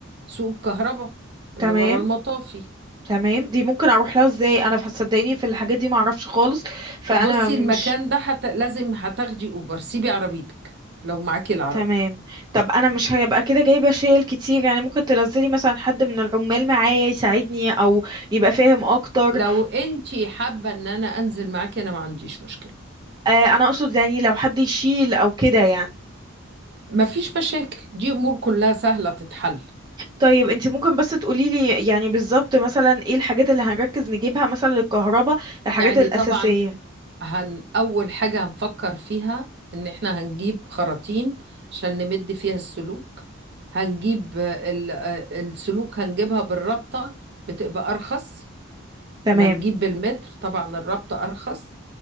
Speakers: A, on the right; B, on the right.
A: سوق الكهرباء اللي
B: تمام
A: ورا المطافي
B: تمام دي ممكن اروح لها ازاي انا ف- صدقيني في الحاجات دي ما اعرفش خالص فانا
A: بصي
B: مش
A: المكان ده هت... لازم هتاخدي أوبر سيبي عربيتك لو معاكي العربية
B: تمام طب انا مش هيبقى كده جايبه شيل كتير يعني ممكن تنزلي مثلا حد من العمال معايا يساعدني او يبقى فاهم اكتر
A: لو انتي حابة ان انا انزل معاكي انا ما عنديش مشكلة
B: آه انا اقصد يعني لو حد يشيل او كده يعني
A: مفيش مشاكل دي امور كلها سهلة تتحل
B: طيب انت ممكن بس تقوليلي يعني بالظبط مثلا ايه الحاجات اللي هنركز نجيبها مثلا للكهرباء الحاجات
A: يعني
B: الاساسيه
A: طبعا هن اول حاجة هنفكر فيها ان احنا هنجيب خراطيم عشان نمد فيها السلوك هنجيب آه، ال- آه، السلوك هنجيبها بالرابطة بتبقى ارخص
B: تمام
A: ما نجيب بالمتر طبعا الرابطة ارخص